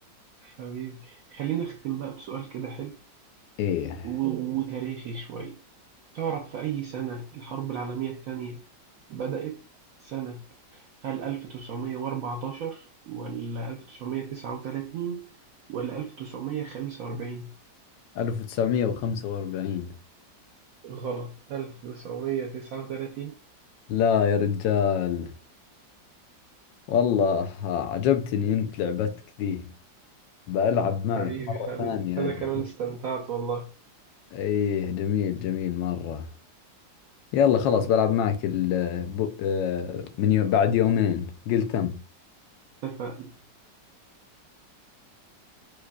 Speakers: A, on the right; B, on the left.
A: حبيبي خلينا نختم بقى بسؤال كده حلو
B: ايه
A: و- وتاريخي شوية تعرف في أي سنة الحرب العالمية التانية بدأت سنة هل 1914 ولا 1939 ولا 1945
B: 1945
A: غلط 1939
B: لا يا رجال والله عجبتني انت لعبتك ذي بلعب معك
A: حبيبي
B: مرة
A: حبيبي
B: ثانية
A: أنا
B: اجل
A: كمان استمتعت والله
B: ايه جميل جميل مرة يلا خلاص بلعب معك ال- آه، بو- آه، من يو- بعد يومين قلت تم
A: اتفقنا